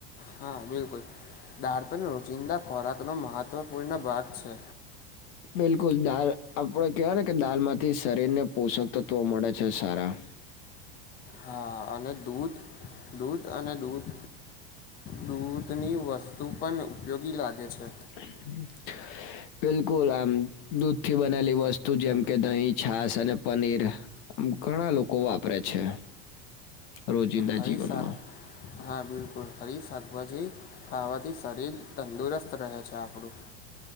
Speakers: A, on the left; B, on the left.
A: હા બિલકુલ દાળપ રોજિંદા ખોરાક નો મહત્વપૂર્ણ ભાગ છે
B: બિલકુલ દાલ આપડ કેહેવાય ને કે દાલ માંથી શરીર ને પોષક તત્વો મળે છે સારા
A: હા અને દૂધ દૂધ અનેધ દૂધ દૂધની વસ્તુ પણ ઉપયોગી લાગે છે
B: હમ બિલકુલ આમ દૂધ થી બનેલી વસ્તુ જેમ કે દહીં છાસ અને પનીર આમ ઘણા લોકો વાપરે છે રોજિંદા
A: હરીશદ
B: જીવનમાં
A: હા બિલકુલ ફરી શાકભાજી ખાવાથી શરીર તંદુરસ્ત રહે છે આપડું